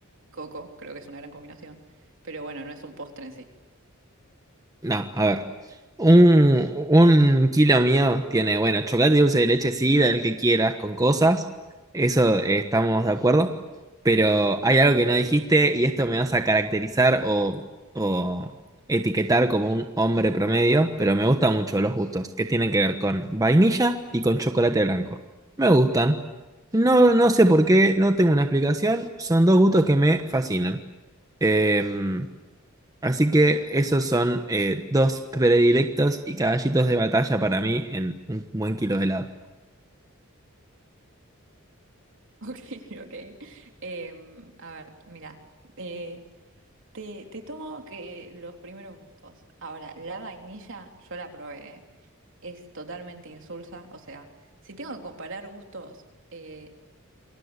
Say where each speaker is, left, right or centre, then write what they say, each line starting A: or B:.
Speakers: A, on the right; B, on the right.
A: coco, creo que es una gran combinación. Pero bueno, no es un postre en sí. <laughs>
B: No, a ver. Un, un kilo mío tiene, bueno, chocolate y dulce de leche, sí, del que quieras, con cosas. Eso eh, estamos de acuerdo. Pero hay algo que no dijiste y esto me vas a caracterizar o, o etiquetar como un hombre promedio, pero me gustan mucho los gustos que tienen que ver con vainilla y con chocolate blanco. Me gustan. No, no sé por qué, no tengo una explicación. Son dos gustos que me fascinan. Em, Así que esos son eh, dos predilectos y caballitos de batalla para mí en un buen kilo de helado.
A: Ok, ok. Em, a ver, mira. Eh, te, te tomo que los primeros gustos. Ahora, la vainilla yo la probé, ¿eh? es totalmente insulsa. O sea, si tengo que comparar gustos, eh,